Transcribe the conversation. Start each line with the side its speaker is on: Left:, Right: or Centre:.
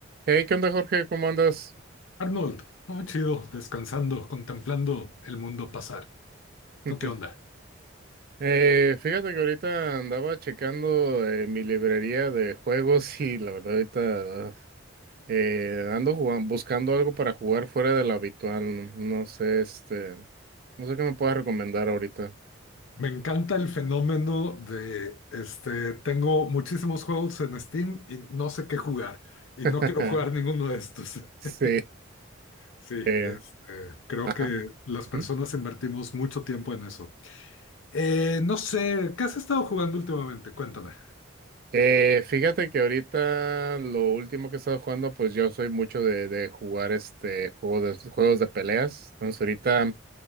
Right: Hey, ¿qué onda, Jorge? ¿Cómo andas?
Left: Arnold, todo chido, descansando, contemplando el mundo pasar.
Right: <laughs>
Left: ¿Tú qué onda?
Right: Eh, fíjate que ahorita andaba checando eh, mi librería de juegos y la verdad ahorita eh, ando jugan- buscando algo para jugar fuera de lo habitual. No sé, este, no sé qué me puedas recomendar ahorita.
Left: Me encanta el fenómeno de, este, tengo muchísimos juegos en Steam y no sé qué jugar y
Right: <laughs>
Left: no quiero jugar ninguno de estos.
Right: Sí,
Left: <laughs> Sí,
Right: eh,
Left: este, creo
Right: ajá.
Left: que las personas
Right: ujú.
Left: invertimos mucho tiempo en eso. Eh, no sé, ¿qué has estado jugando últimamente? Cuéntame.
Right: Eh, fíjate que ahorita lo último que he estado jugando, pues yo soy mucho de, de jugar este juego de, juegos de peleas. Entonces ahorita